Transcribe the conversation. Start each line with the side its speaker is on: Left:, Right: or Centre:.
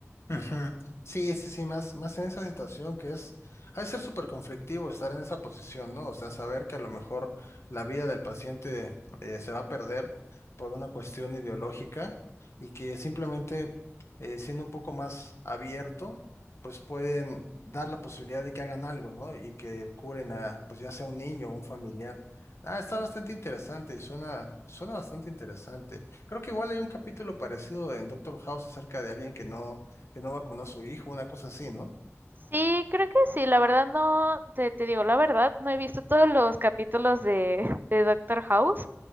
Left: Ujú. Sí, sí, sí, más, más en esa situación que es, ha de ser súper conflictivo estar en esa posición, ¿no? O sea, saber que a lo mejor la vida del paciente eh, se va a perder por una cuestión ideológica y que simplemente eh, siendo un poco más abierto, pues pueden dar la posibilidad de que hagan algo, ¿no? Y que curen a, pues ya sea un niño o un familiar. Ah, está bastante interesante y suena, suena bastante interesante. Creo que igual hay un capítulo parecido en Doctor House acerca de alguien que no que no vacunó a su hijo, una cosa así, ¿no?
Right: Sí, creo que sí, la verdad no, te, te digo la verdad, no he visto todos los capítulos de, <laughs> de Doctor House,